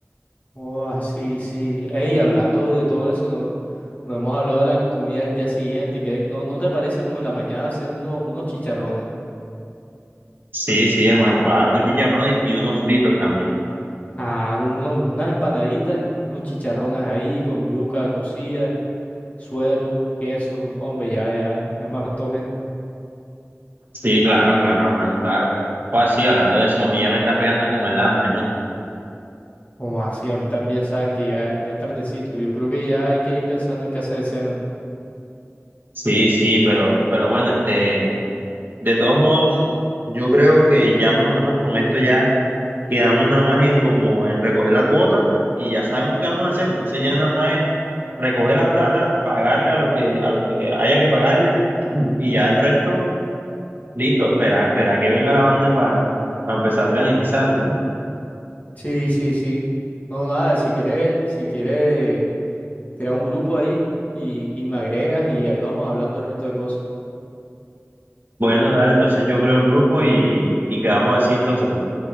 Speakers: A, on the left; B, on the right.
A: Oh, así, sí, sí. Ey, hablando de todo eso, no, no hemos hablado de la comida del día siguiente, y que no, ¿no te parece como en la mañana hacer uno, unos chicharrones?
B: Sí, sí, hermano, claro, unos chicharrones y unos fritos también.
A: Ah, uno- como unas empanaditas, unos chicharrones ahí con yuca cocida, suero, queso, hombre, ya, ya, ya me antojé.
B: Sí, claro, claro, hermano, claro. O así, hablando de eso, a mí ya me está pegando como el hambre, ¿no?
A: Oh, así, a mí también, sabes que ya, ya es tardecito, yo creo que ya hay que ir pensando en qué hacer de cena.
B: Sí, sí, pero, pero bueno, este, de todos modos, yo creo que ya más o menos con esto ya quedamos nada más en como en recoger la cuota y ya sabemos qué vamos a hacer. Entonces ya nada más es recoger la plata, pagarle a lo que, a los que haya que pagarle <clears throat> y ya el resto, listo, espera, espera que venga la vaina para empezar a organizarlo, ¿no?
A: Sí, sí, sí. No, nada, si quieres, si quieres, crea un grupo ahí y, y me agregas y ahí vamos hablando el resto de cosas.
B: Bueno, dale, entonces yo creo el grupo y, y quedamos así entonces, pues.